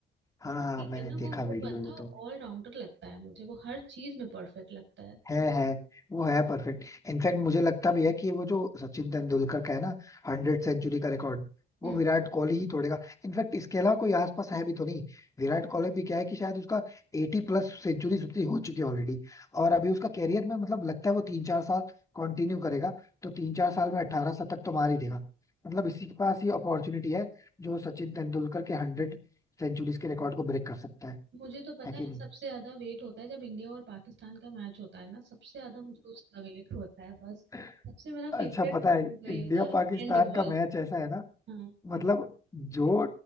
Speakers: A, on the left; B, on the right.
A: हाँ हाँ
B: ठीक
A: मैंने
B: है ना
A: देखा
B: वो वो
A: वीडियो
B: बंदा
A: ये तो
B: ऑल राउंडर लगता है मुझे वो हर चीज में परफेक्ट लगता है
A: है है वो है परफेक्ट इनफैक्ट मुझे लगता भी है कि वो जो सचिन तेंदुलकर का है ना हंड्रेड सेंचुरी का रिकॉर्ड
B: हाँ।
A: वो विराट कोहली ही तोड़ेगा इनफैक्ट इसके अलावा कोई आसपास है भी तो नहीं विराट कोहली भी क्या है कि शायद उसका एटी प्लस सेंचुरी उतनी हो चुकी है ऑलरेडी और अभी उसका कैरियर में मतलब लगता है वो तीन चार साल कंटिन्यू करेगा तो तीन चार साल में अठारह शतक तो मार ही देगा मतलब इसी के पास ही अपॉर्चुनिटी है जो सचिन तेंदुलकर के हंड्रेड सेंचुरीज के रिकॉर्ड को ब्रेक कर सकता है
B: मुझे तो पता
A: है कि
B: है
A: नहीं
B: सबसे ज्यादा वेट होता है जब इंडिया और पाकिस्तान का मैच होता है ना सबसे ज्यादा मुझे उसका वेट होता है बस
A: <laughs>
B: सबसे मेरा
A: अच्छा
B: फेवरेट
A: पता
B: मोमेंट
A: है इंडिया
B: वही होता है और
A: पाकिस्तान
B: एंड बॉल
A: का मैच ऐसा है ना
B: हाँ
A: मतलब जो